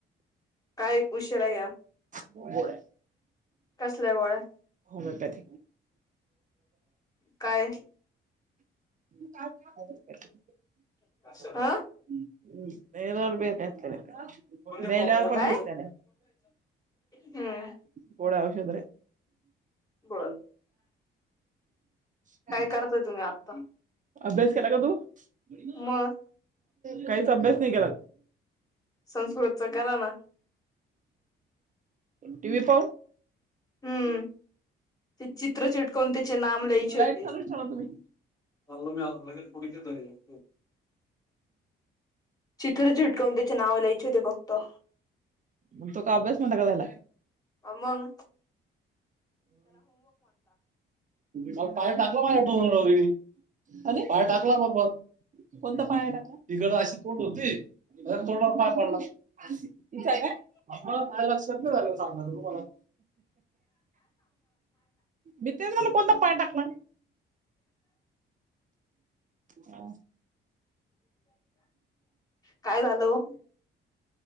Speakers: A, on the left (about 20°); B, on the right (about 40°).
A: काय उशिरा घ्या
B: बोला,
A: कसल्या गोळ्या
B: होमिओपॅथऽऽ
A: काय?
B: हम्.
A: हा
B: नेल्यावर बे का अस,
A: काय
B: नेल्यावर पण दिसतेऽऽ
A: हम्म
B: कोड वशे तरेऽ
A: बर
B: काय का?
A: करताय तुम्ही आता
B: अभ्यास केला का तू? होय,,
A: मग
B: काहीच अभ्यास नाहीऽऽ
A: संस्कृतचा करा ना.
B: टीव्ही पाहून
A: हम्म. ते चित्र चिटकून त्याचे नाम लिहायचे
B: लाईट
A: होते.
B: चालूच
A: झाल
B: ठेवला तुम्ही
A: मी लागे पुढ दरी <inaudible> चितूर चिटकावून त्याच्या नाव लयचे होते फक्तऽ
B: मग तो का अभ्यास म्हणता का झाला
A: आ मगं.
B: काल पाय टाकला माझ ओठोवरीऽ आणि पाय टाकला बरोबर,, कोणता पाय टाकला, तिगड अशी तोड होती, तोंडऽऽ पण इथ का आमला न लक्ष रुपये वर सांग रूमला. जितेंद्रने कोणता पाय टाकला हा
A: काय झालं